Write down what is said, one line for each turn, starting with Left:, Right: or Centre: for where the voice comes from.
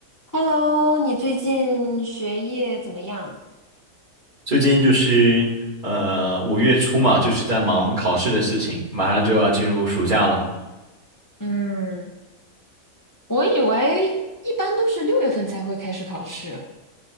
Left: Hello，你最近学业怎么样？
Right: 最近就是呃五月初嘛，就是在忙考试的事情，马上就要进入暑假了。
Left: 嗯，我以为一般都是六月份才会开始考试，